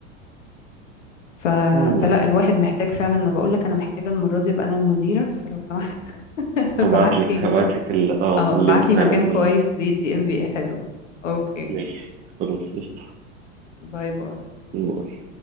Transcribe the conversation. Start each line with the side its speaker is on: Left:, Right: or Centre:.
Left: ف...
Right: يلا
Left: فلا الواحد محتاج فعلا انا بقول لك انا محتاجه المره دي ابقى انا المديره فلو سمحت <laughs> ابعت
Right: هبعت لك
Left: لي ال...
Right: هبعت لك ال... اه
Left: اه
Right: اللينك
Left: ابعت
Right: بتاع
Left: لي مكان
Right: الأمين
Left: كويس بيدي ام بي اي حلو اوكي
Right: ماشي خلاص قشطة
Left: باي باي
Right: باي